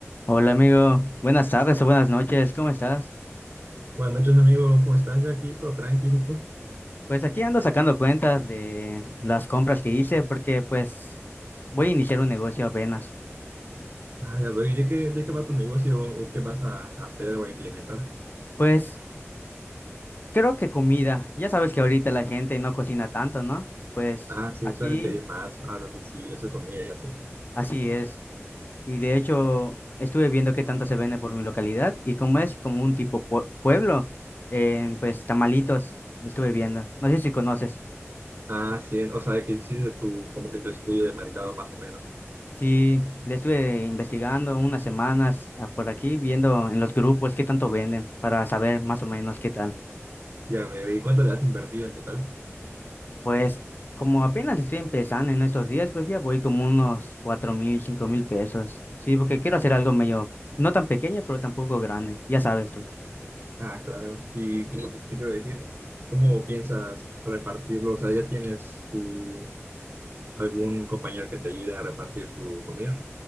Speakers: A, on the left; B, on the right.
A: Hola amigo, buenas tardes o buenas noches, ¿cómo estás?
B: Buenas noches, amigo. ¿Cómo estás? Yo aquí todo tranquilo ¿y tú?
A: Pues aquí ando sacando cuentas de las compras que hice porque pues voy a iniciar un negocio apenas.
B: Ah, ya veo. ¿Y de qué, de qué va tu negocio o o qué vas a hacer o a implementar?
A: Pues creo que comida, ya sabes que ahorita la gente no cocina tanto, ¿no? Pues
B: Ah, sí,
A: aquí
B: suelen pedir más a domicilio, su comida y así.
A: así es. Y de hecho estuve viendo qué tanto se vende por mi localidad y como es como un tipo pue- pueblo, eh, pues tamalitos estuve viendo. No sé si conoces.
B: Ah, sí, o sea, que hiciste tu, como que tu estudio de mercado más o menos.
A: Sí, le estuve investigando unas semanas ah, por aquí, viendo en los grupos qué tanto venden para saber más o menos qué tal.
B: Ya veo. ¿Y cuánto le has invertido en total?
A: Pues como apenas estoy empezando en estos días, pues ya voy como unos cuatro mil, cinco mil pesos. Sí, porque quiero hacer algo medio, no tan pequeño, pero tampoco grande, ya sabes tú.
B: Ah, claro. ¿Y cómo- qué te voy a decir? ¿Cómo piensas repartirlo? O sea, ¿ya tienes tu, algún compañero que te ayude a repartir tu comida?